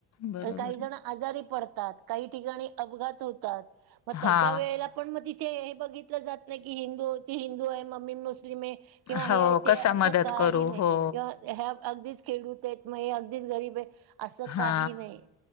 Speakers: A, on the left; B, on the right.
A: बरोबर.
B: काही जण आजारी पडतात काही ठिकाणी अपघात होतात. मग
A: हा
B: त्याच्या वेळेला पण तिथे हे बघितलं जात नाही की हिंदू ती हिंदू आहे मग मी मुस स्लिम आहे किंवा
A: हो
B: हे
A: कसा
B: असं
A: मदत
B: काही
A: करू
B: नाही
A: हो
B: किंवा ह्या अगदीच खेडूत आहेत मग अगदीच गरीब आहे
A: हा.
B: काही नाही,